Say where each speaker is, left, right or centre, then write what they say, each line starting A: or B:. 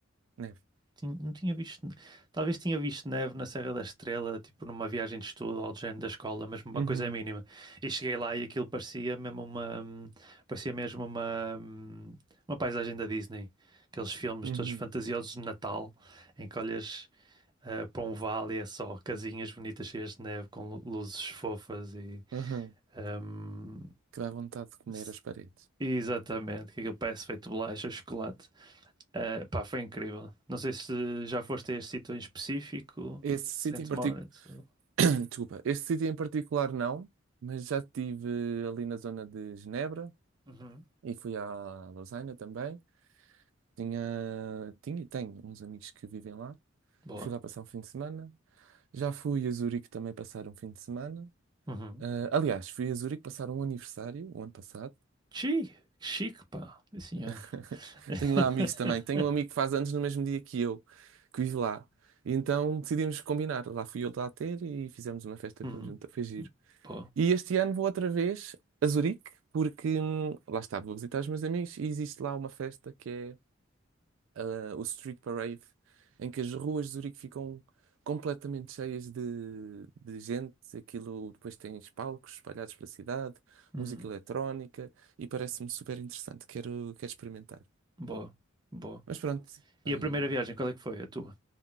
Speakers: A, on the right; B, on the right.
A: Neve.
B: tin- Não tinha visto. Talvez tinha visto neve na Serra da Estrela, tipo numa viagem de estudo ou de género da escola, mas uma
A: Uhum,
B: coisa é mínima. E cheguei lá e aquilo parecia mesmo uma. Parecia mesmo uma. Uma paisagem da Disney. Aqueles filmes
A: uhum,
B: todos fantasiosos de Natal, em que olhas eh, para um vale é só casinhas bonitas cheias de neve com lu- luzes fofas e.
A: aham.
B: ehm,
A: Que dá vontade de comer
B: s-
A: as paredes.
B: exatamente, que aquilo parece feito de bolacha, chocolate. Eh, pá, foi incrível. Não sei se já foste a este sítio em específico,
A: Esse sítio
B: Saint
A: em particular.
B: Moritz.
A: <clears throat>
B: ou-
A: <coughs> Desculpa, este sítio em particular não, mas já estive ali na zona de Genebra
B: Uhum.
A: e fui à Lausanne também. Tinha, tinha e tenho uns amigos que vivem lá
B: Boa.
A: e fui lá passar um fim de semana. Já fui a Zurique também passar um fim de semana.
B: Uhum.
A: Ah, aliás, fui a Zurique passar um aniversário o ano passado.
B: Chique, chique, pá. Sim, senhor.
A: <laughs>
B: <laughs>
A: Tenho lá amigos também. Tenho um amigo que faz anos no mesmo dia que eu, que vive lá. E então decidimos combinar. Lá fui eu lá ter e fizemos uma festa
B: Uhum.
A: conjunta. Foi giro.
B: Boa.
A: E este ano vou outra vez a Zurique, porque hum, lá está, vou visitar os meus amigos e existe lá uma festa que é ah, o Street Parade, em que as ruas de Zurique ficam completamente cheias de, de gente. Aquilo depois tem palcos espalhados pela cidade,
B: Uhum.
A: música eletrónica e parece-me super interessante. Quero, quero experimentar.
B: Boa. Boa.
A: Mas pronto,
B: E
A: hum,
B: a primeira viagem, qual é que foi? A tua?